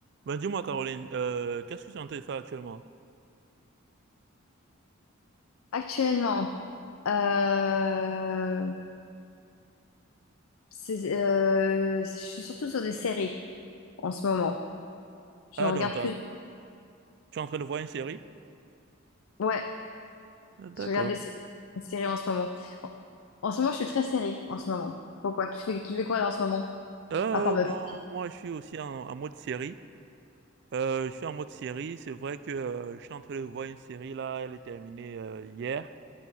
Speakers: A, on the right; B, on the left.
A: Ben dis-moi, Caroline, euh, qu'est-ce que tu es en train de faire actuellement?
B: Actuellement, euh, c'est, euh, je suis surtout sur des séries en ce moment. Je
A: Ah,
B: regarde
A: donc, t'as-
B: plus.
A: tu es en train de voir une série?
B: Ouais,
A: Ah, D'accord.
B: je regarde des, sé- des séries en ce moment. En, en ce moment, je suis très série en ce moment. Pourquoi? Tu fais, tu fais quoi là en ce moment?
A: Euh,
B: À part me
A: bon,
B: parler,
A: moi, je suis aussi en, en mode série. Euh, je suis en mode série. C'est vrai que euh, je suis en train de voir une série là. Elle est terminée euh, hier.